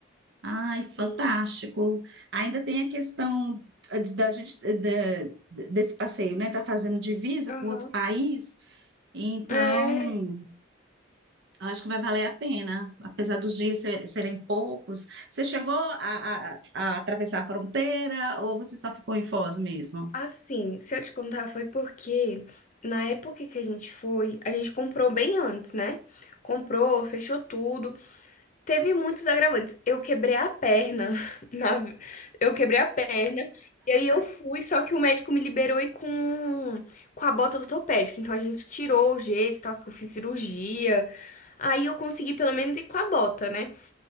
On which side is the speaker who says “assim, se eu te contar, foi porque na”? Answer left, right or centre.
Left